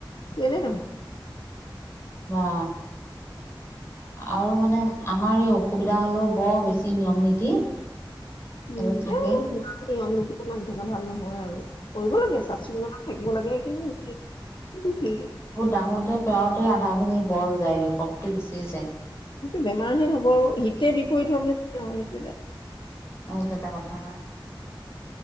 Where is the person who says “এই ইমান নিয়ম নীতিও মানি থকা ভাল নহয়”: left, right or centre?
Left